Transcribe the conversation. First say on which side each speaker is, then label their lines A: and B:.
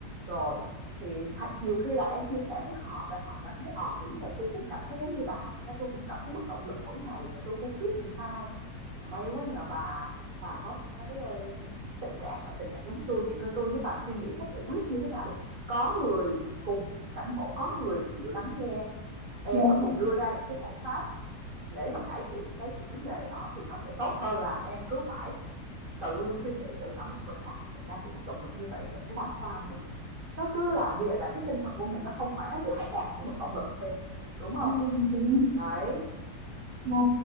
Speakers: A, on the right (about 50°); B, on the right (about 85°).
A: Rồi, thì nhiều khi là em chia sẻ với họ và họ cảm thấy, ờ, đúng rồi, tôi cũng cảm thấy giống như bà vậy đó, tôi cũng cảm thấy mất động lực mỗi ngày là tôi cũng hông biết làm sao, may quá nhờ bà, bà có một cái, ờ, cái tình trạng gặp tình trạng giống tôi vậy thôi tôi với bà suy nghĩ cách giải quyết như thế nào đi. Có người cùng cảnh ngộ, có người chịu lắng nghe em
B: dạ
A: và cùng đưa ra những cái giải pháp để mà cải thiện cái vấn đề đó thì nó sẽ tốt hơn là em cứ phải tự suy nghĩ tự ngẫm một mình à mình đang bị mất động lực như vậy thì mình phải làm sao nhỉ nó cứ làm như vậy là cái tinh thần của mình nó không thoải mái lại càng phải mất động lực thêm nữa đúng không
B: dạ
A: đấy ừ.
B: Ờ,